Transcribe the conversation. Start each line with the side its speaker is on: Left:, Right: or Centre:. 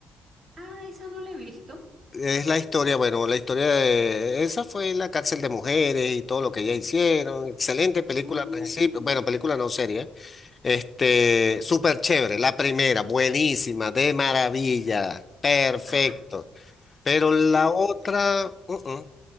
Right: Ah, esa no la he visto.
Left: Es la historia, bueno, la historia de esa fue la cárcel de mujeres y todo lo que ellas hicieron. Excelente película
Right: Mm,
Left: al principio, bueno, película no serie. Este, súper chévere. La primera, buenísima, de maravilla, perfecto.
Right: ajá.
Left: Pero la
Right: eh,
Left: otra, mm, mm.